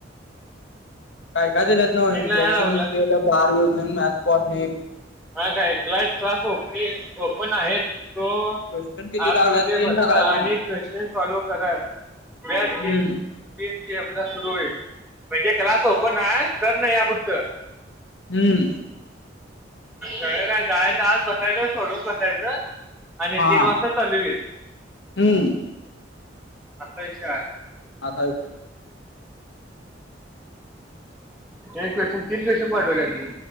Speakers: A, on the left; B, in the centre.
A: काय काय दिल्यात न्हव,
B: तीन
A: इंट्रडक्शन
B: ला याय लावलं
A: print of car museum, math पॉटलीन
B: हा काय, गाएज क्लास ओपनी ओपन आहेत सो
A: क्वेश्चन किती
B: आत
A: टाकल्यात
B: मध्ये
A: तीन
B: बसता
A: टाकल्यात नव्ह
B: आणि क्वेश्चन फॉलो करत. सगळ्या फिज
A: हम्म
B: तीन पी एम ला सुरू होईल. म्हणजे क्लास ओपन हाय, सर नाही हाय फक्त.
A: हुं.
B: कळलं काय, जायचं आत बसायचं, सोडवत बसायचं. आणि
A: हा
B: तीन वाजता चालू होईल.
A: हम्म
B: आसा विषय हाय.
A: आसा विषय हाय.
B: हे क्वेशन तीन दिवसात पाठवल्यात की.